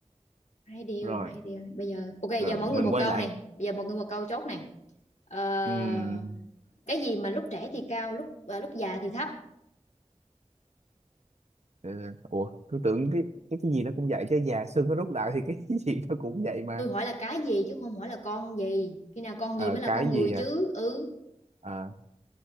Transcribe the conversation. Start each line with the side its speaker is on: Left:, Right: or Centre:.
Left: hai điều
Right: rồi
Left: hai điều bây giờ ok
Right: rồi
Left: giờ mỗi người
Right: mình
Left: một
Right: quay
Left: câu
Right: lại
Left: nè bây giờ mỗi người một câu chốt nè ờ...
Right: Ừm,
Left: cái gì mà lúc trẻ thì cao lúc à, lúc già thì thấp
Right: Ờ, ủa tôi tưởng cái cái cái gì nó cũng vậy chứ già xương nó rút lại thì cái <laughs> gì nó cũng vậy mà
Left: tôi hỏi là cái gì chứ không hỏi là con gì khi nào con
Right: Ờ,
Left: gì mới là
Right: cái
Left: con người
Right: gì à
Left: chứ ừ
Right: Ờ,